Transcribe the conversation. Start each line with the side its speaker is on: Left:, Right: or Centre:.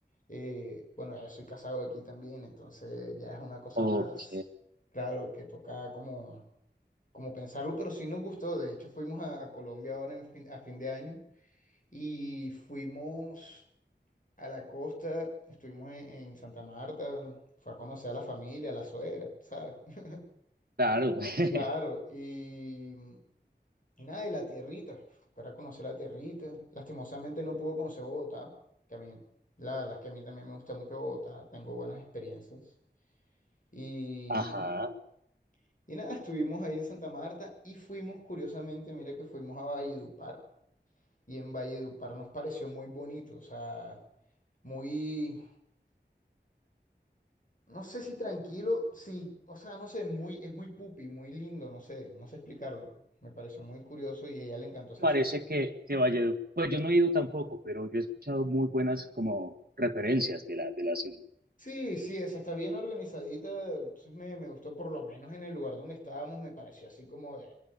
Left: eh, bueno, ya soy casado aquí también, entonces ya es una cosa
Right: Ok,
Left: más, claro, que toca como como pensarlo, pero sí nos gustó. De hecho, fuimos a, a Colombia ahora en fin- a fin de año y fuimos a la costa, estuvimos en, en Santa Marta, fue a conocer a la familia, a la suegra, ¿sabes? <laughs>
Right: claro. <laughs>
Left: Claro, y, y nada, y la tierrita, para conocer la tierrita. Lastimosamente no pude conocer Bogotá, que a mí, la verdad es que a mí también me gusta mucho Bogotá, tengo buenas experiencias. Y,
Right: Ajá.
Left: y nada, estuvimos ahí en Santa Marta y fuimos, curiosamente, mira que fuimos a Valledupar y en Valledupar nos pareció muy bonito, o sea, muy, no sé si tranquilo, sí, o sea, no sé, muy, es muy pupi, muy lindo, no sé, no sé explicarlo. Me pareció muy curioso y a ella le encantó esa
Right: Parece
Left: ciudad.
Right: que, que Valledupar, pues yo no he ido tampoco, pero yo he escuchado muy buenas como referencias de la, de la ciudad.
Left: Sí, sí, esa está bien organizadita, entonces me, me gustó por lo menos en el lugar donde estábamos, me pareció así como de,